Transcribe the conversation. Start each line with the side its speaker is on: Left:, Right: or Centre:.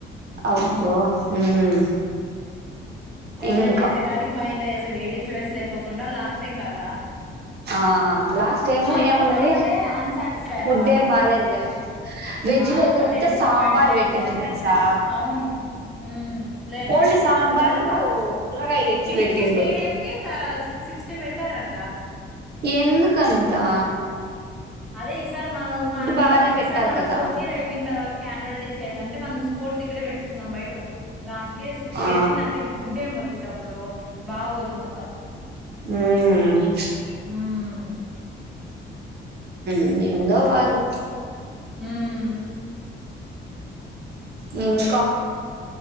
Right: అబ్బో ఉమ్
Centre: ఎంజాయ్
Right: ఇంకా
Centre: జేసేకాటికి బా ఎంజాయ్ చేసాం ఏ డిస్టబెన్స్ లేకో కుండా లాస్టా టైం గాకా
Right: ఆ లాస్ట్ టైము
Centre: కానీ
Right: ఏమున్నది
Centre: ఫుడ్ ఒకటే అన్ సాటిస్. సరేనమాట
Right: ఫుడ్ ఏం బాలేదులే వెజ్
Centre: అదొకటే
Right: లో అయితే ఉత్త
Centre: డిస్సపాయింట్లే
Right: సాంబార్ పెట్టింది
Centre: అంటే.
Right: తెలుసా
Centre: అవును హ్మ్ లేదంటే
Right: ఓన్లీ సాంబారు
Centre: అది అది కూడా.
Right: ఊరగాయ తెచ్చి
Centre: దీనికే
Right: పెట్టిండ్రు
Centre: స్టేడియంకే తా సిక్స్టీ పెట్టారంట.
Right: ఎందుకంతా
Centre: అదే ఈసారి మనం ఆన్యువల్
Right: బానే
Centre: ఒక్కసారి
Right: పెట్టాలి
Centre: మనం
Right: కదా
Centre: ఫోర్తియర్ అయిపోయిన తర్వాతకి యాన్యుల్ డ చేయాలంటే మనం స్ స్పోర్ట్స్ ఇక్కడేట్టిచ్కుందాం బయట వద్దు దాకే సిక్స్టు
Right: ఆ
Centre: అయ్యిపోదీ ఇంక ఫుడేమోచ్చింది అప్పుడు బాగోదు మొత్తం
Right: ఆహ్ ప్చ్.
Centre: ఉమ్
Right: ఉమ్ ఎందో వాళ్ళు.
Centre: ఉమ్.
Right: ఆహ్ ఇంకా